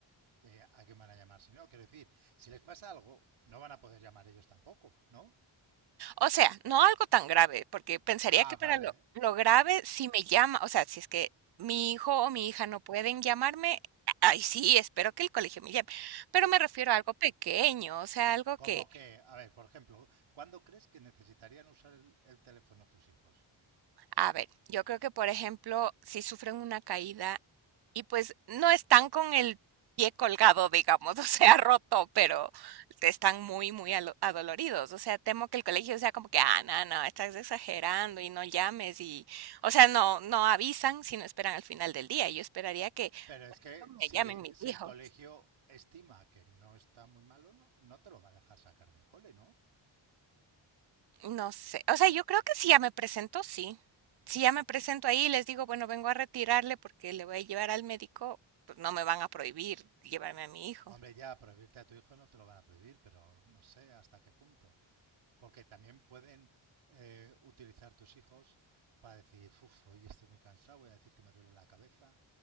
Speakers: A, on the right; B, on the right.
A: ¿qué- ¿a quién van a llamar si no? Quiero decir, si les pasa algo, no van a poder llamar ellos tampoco, ¿no?
B: O sea, no algo tan grave, porque pensaría
A: Ah,
B: que
A: vale.
B: para lo lo grave, si me llama, o sea, si es que mi hijo o mi hija no pueden llamarme, ay, sí, espero que el colegio me llame, pero me refiero a algo pequeño, o sea, algo que,
A: Como que, a ver, por ejemplo, ¿cuándo crees que necesitarían usar el, el teléfono tus hijos?
B: a ver, yo creo que, por ejemplo, si sufren una caída Y pues no están con el pie colgado, digamos, <laughs> o sea, roto, pero están muy, muy alo- adoloridos. O sea, temo que el colegio sea como que, ah, no, no, estás exagerando y no llames y, o sea, no, no avisan, sino esperan al final del día. Yo esperaría que,
A: Pero es
B: por ejemplo,
A: que si,
B: me llamen mis
A: si
B: hijos.
A: el colegio estima que no está muy malo, no, no te lo va a dejar sacar del cole, ¿no?
B: No sé, o sea, yo creo que si ya me presento, sí. Si ya me presento ahí y les digo, bueno, vengo a retirarle porque le voy a llevar al médico, pues no me van a prohibir llevarme a mi hijo.
A: Hombre, ya prohibirte a tu hijo no te lo van a prohibir, pero no sé hasta qué punto. Porque también pueden eh, utilizar tus hijos para decir, uff, hoy estoy muy cansado, voy a decir que me duele la cabeza,